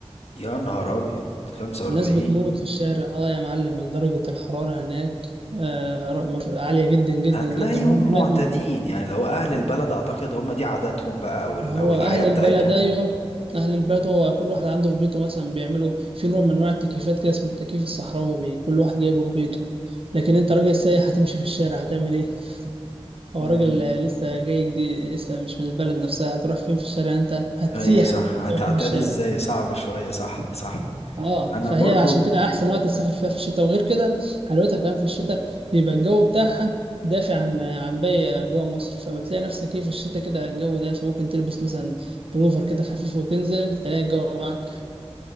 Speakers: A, on the left; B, on the right.
A: يا نهار أبيض 45
B: الناس بتموت في الشارع اه يا معلم درجه الحراره هناك آه مر- عاليه جدا جدا
A: هتلاقيهم
B: جدا هم هناك
A: معتادين
B: ما
A: يعني لو أهل البلد أعتقد هم دي عاداتهم بقى أو ال-
B: ما هو
A: أو الحياة
B: اهل
A: بتاعتهم
B: البلد ايوه اهل البلد هو كل واحد عنده في بيته مثلا بيعملوا في نوع من انواع التكييفات كده اسمه التكييف الصحراوي كل واحد جايبه في بيته لكن انت راجل سايح هتمشي في الشارع هتعمل إيه؟ هو
A: امم
B: راجل لسه جاي جديد لسه مش من البلد نفسها هتروح فين في الشارع انت هتسيح
A: أيوة صح هتعتادي
B: ماشي في الشارع
A: إزاي صعب شوية صح صح
B: اه
A: أنا
B: فهي
A: برضو
B: عشان كده احسن وقت تسافر
A: مم.
B: فيها في الشتاء وغير كده حلاوتها كمان في الشتاء بيبقى الجو بتاعها دافع عن عن باقي جوه مصر فبتلاقي نفسك ايه في الشتاء كده الجو دافي ممكن تلبس مثلا بلوفر كده خفيف وتنزل تلاقي الجو معاك